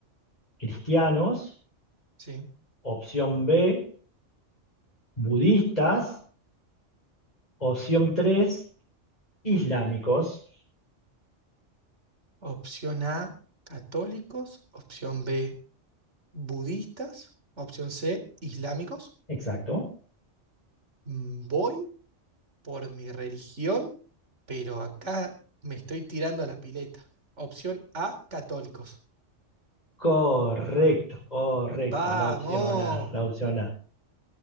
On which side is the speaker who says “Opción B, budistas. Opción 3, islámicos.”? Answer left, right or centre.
Left